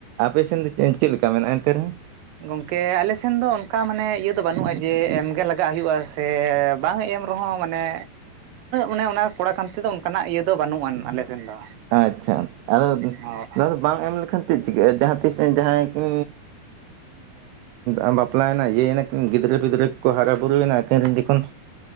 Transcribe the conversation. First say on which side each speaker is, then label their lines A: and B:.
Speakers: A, on the right (about 80°); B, on the right (about 65°).
A: ᱟᱯᱮ ᱥᱮᱱ ᱫᱚ ᱪᱮ-ᱪᱮᱫ ᱞᱮᱠᱟ ᱢᱮᱱᱟᱜᱼᱟ ᱮᱱᱛᱮ ᱨᱮᱦᱚᱸ?
B: ᱜᱚᱝᱠᱮ ᱟᱞᱮᱥᱮᱱ ᱫᱚ ᱚᱱᱠᱟ ᱢᱟᱱᱮ ᱤᱭᱟᱹ ᱫᱚ ᱵᱟᱹᱱᱩᱜᱼᱟ ᱡᱮ ᱮᱢᱜᱮ ᱞᱟᱜᱟᱜ ᱦᱩᱭᱩᱜᱼᱟ᱾ ᱥᱮ ᱵᱟᱝ ᱮᱢ ᱨᱮᱦᱚᱸ ᱢᱟᱱᱮ ᱩᱱᱟᱹᱜ ᱚᱱᱮ ᱠᱚᱲᱟ ᱠᱟᱱ ᱛᱮ ᱫᱚ ᱚᱱᱠᱟᱱᱟᱜ ᱤᱭᱟᱹ ᱫᱚ ᱵᱟᱹᱱᱩᱜ-ᱟ ᱟᱞᱮ ᱥᱮᱱ ᱫᱚ᱾
A: ᱟᱪᱪᱷᱟ ᱟᱞᱮ
B: ᱦᱳᱭ
A: ᱱᱚᱣᱟ ᱫᱚ ᱵᱟᱝ ᱮᱢ ᱞᱮᱠᱷᱟᱱ ᱪᱮᱫ ᱪᱤᱠᱟᱹᱜᱼᱟ ᱡᱟᱦᱟᱸ ᱛᱤᱥ ᱡᱟᱦᱟᱸᱭ ᱠᱩ ᱟᱵᱟᱯ <unintelligible> ᱵᱟᱯᱞᱟᱭᱮᱱᱟ ᱤᱭᱟᱹᱭ ᱱᱟ. ᱠᱤᱱ ᱜᱤᱫᱽᱨᱟᱹ ᱯᱤᱫᱽᱨᱟᱹ ᱠᱚ ᱠᱚ ᱦᱟᱨᱟ ᱵᱩᱨᱩᱭᱮᱱᱟ ᱟᱹᱠᱤᱱ ᱨᱮᱱ ᱡᱚᱠᱷᱚᱱ